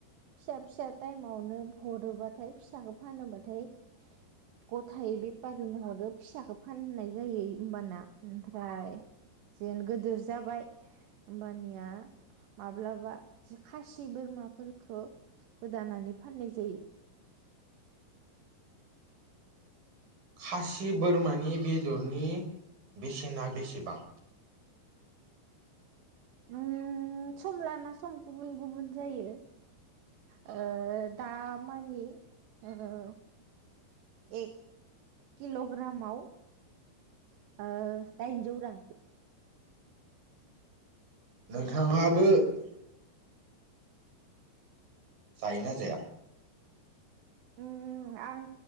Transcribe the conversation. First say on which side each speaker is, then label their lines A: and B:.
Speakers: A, on the right (about 75°); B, on the right (about 55°).
A: फिसा-फिसा टाइमावनो हरोबाथाय फिसाखौ फानोब्लाथाय
B: <inaudible>
A: गथायै बेफारिनि हरो फिसाखौ फाननाय जायो होमबाना। ओमफ्राय जेन गोदोर जाबाय होमबानिया माब्लाबा खासि बोरमाफोरखौ गोदानानै फाननाय जायो।
B: खासि बोरमानि बेदरनि बेसेना बेसेबां?
A: ओम सम लाना सम गुबुन गुबुन जायो। ओ दामानि ओ एक किल'ग्रामाव ओ दाइनजौ रां।
B: नोंथाङाबो जायोना जाया?
A: ओ आं